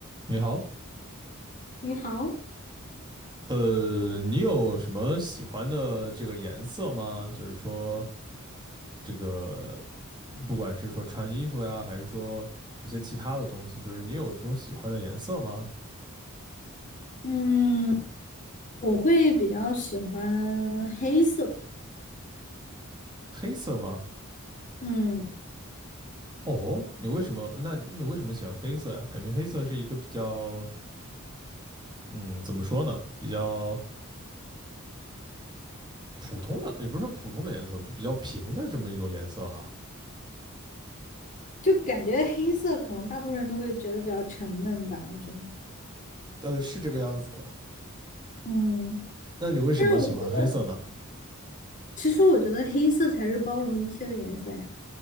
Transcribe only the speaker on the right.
你好，
呃，你有什么喜欢的这个颜色吗？就是说，这个不管是说穿衣服呀，还是说一些其他的东西，就是你有这种喜欢的颜色吗？
黑色吗？
哦，你为什么？那你为什么喜欢黑色呀？感觉黑色是一个比较，嗯，怎么说呢？比较普通的，也不是说普通的颜色吧，就比较平的这么一种颜色哈。
呃，是这个样子的呀。
那你为什么喜欢黑色呢？